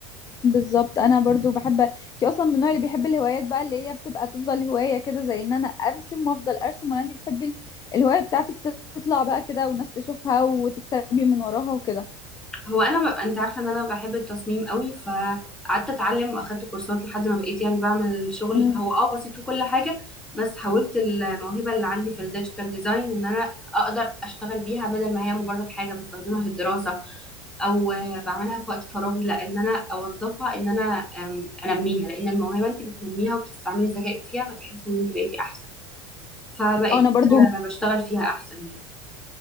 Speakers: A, on the left; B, in the centre.
A: بالظبط انا برضو بحب انتي اصلا من النوع اللي بيحب الهوايات بقى اللي هي بتبقى تفضل هوايه كده زي ان انا ارسم وافضل ارسم ولا انتي بتحبي ال- الهوايه بتاعتك تطلع بقى كده والناس تشوفها وتكسبي من وراها وكده
B: هو انا ببقى انت عارفه ان انا بحب التصميم قوي فقعدت اتعلم واخدت كورسات لحد ما بقيت يعني بعمل شغل
A: مم.
B: هو اه بسيط وكل حاجه بس حولت الموهبه اللي عندي في الديجيتال ديزاين ان انا اقدر اشتغل بيها بدل ما هي مجرد حاجه بستخدمها في الدراسه او بعملها في وقت فراغي لا ان انا اوظفها ان انا أم، انميها لان الموهبه انت بتنميها وبتستعملي ذكائك فيها فتحسي ان انت بقيتي احسن فبقيت
A: انا برضو
B: آه، بشتغل فيها احسن يعني